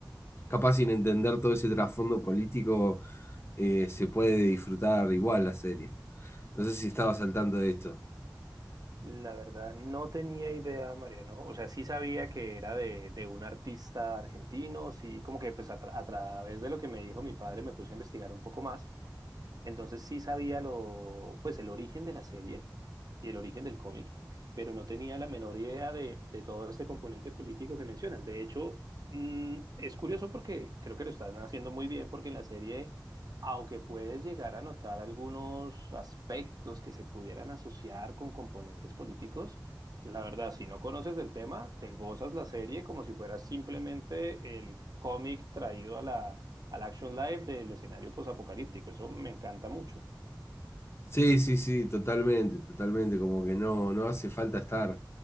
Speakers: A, on the left; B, on the right.
A: capaz sin entender todo ese trasfondo político, eh, se puede disfrutar igual la serie. No sé si estabas al tanto de esto.
B: La verdad, no tenía idea, Mariano. O sea, sí sabía que era de, de un artista argentino, sí, como que pues a, tra- a través de lo que me dijo mi padre me puse a investigar un poco más, entonces sí sabía lo, pues el origen de la serie y el origen del cómic, pero no tenía la menor idea de, de todo este componente político que mencionas. De hecho, mm, es curioso porque creo que lo están haciendo muy bien porque en la serie, aunque puedes llegar a notar algunos aspectos que se pudieran asociar con componentes políticos, la verdad, si no conoces del tema, te gozas la serie como si fuera simplemente el cómic traído a la al action live del escenario posapocalíptico. Eso me encanta mucho.
A: Sí, sí, sí, totalmente, totalmente, como que no, no hace falta estar,